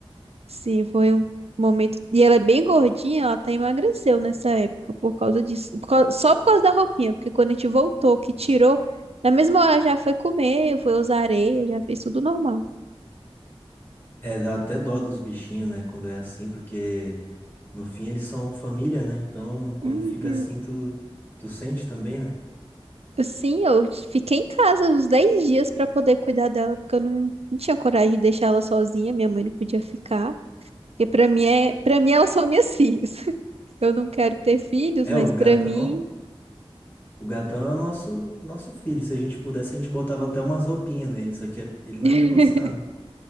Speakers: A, on the right (about 80°); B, on the left (about 20°).
A: Sim, foi um momento. E ela é bem gordinha, ela até emagreceu nessa época por causa disso. Por cau- Só por causa da roupinha, porque quando a gente voltou, que tirou, na mesma hora já foi comer, foi usar areia, já fez tudo normal.
B: É, dá até dó dos bichinhos, né, quando é assim, porque no fim eles são família, né? Então, quando
A: Uhum.
B: fica assim, tu, tu sente também, né?
A: Sim, eu fiquei em casa uns 10 dias pra poder cuidar dela, porque eu não, não tinha coragem de deixar ela sozinha, minha mãe não podia ficar. Porque pra mim é, para mim elas são minhas filhas. <laughs> Eu não quero ter filhos,
B: É,
A: mas
B: o gatão.
A: pra mim
B: O gatão é o nosso, nosso filho. Se a gente pudesse, a gente botava até umas roupinhas nele, só que ele não
A: <laughs>
B: ia gostar, né?